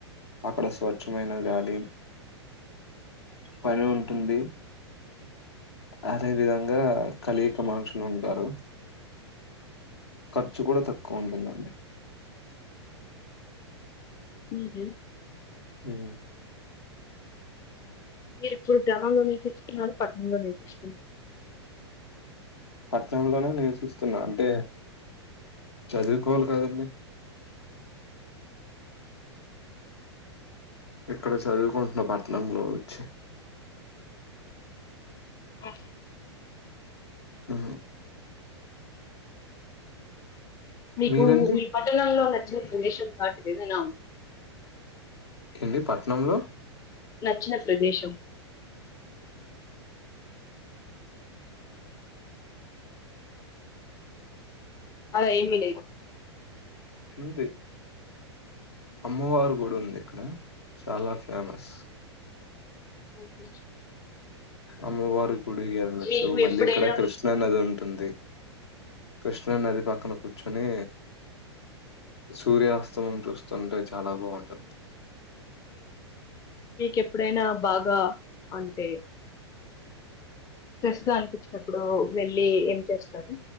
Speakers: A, on the left; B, on the left.
A: అక్కడ స్వచ్ఛమైన గాలి పని ఉంటుంది అదే విధంగా కలియిక మనుషులు ఉంటారు ఖర్చు కూడా తక్కువ ఉంటుందండి
B: హ
A: హ్మ్.
B: మీరు ఇప్పుడు గ్రామంలో నేర్చచుకున్నారు పట్టణంలో నేర్పిస్తు
A: పట్టనంలోనే నివసిస్తున్నా అంటే చదువుకోవాలి కదండి ఇక్కడ చదువుకుంటున్న పట్నంలో వచ్చి
B: ఆఓ
A: ఆ
B: మీకు
A: మీరండి?
B: ఈ పట్టణంలో షన్ కాట్దిదన్నా
A: ఏంటి పట్నంలో
B: నచ్చిన ప్రదేశం అద ఏమి లేదు
A: ఉంది అమ్మవారు గుడి ఉంది ఇక్కడ చాలా ఫేమస్
B: సఓహ
A: అమ్మవారి గుడిలచ్చు
B: మీకు
A: మళ్ళీ
B: ఎప్పుడైనా
A: ఇక్కడ కృష్ణన్నది ఉంటుంది కృష్ణా నది పక్కన కూర్చొని సూర్యాస్తమం చూస్తుంటే చాలా బాగుంటుంది
B: మీకు ఎప్పుడైనా బాగా అంటే స్ట్రెస్ గా అనిపించినప్పుడు వెళ్ మళ్ళి ఏం చేస్తారు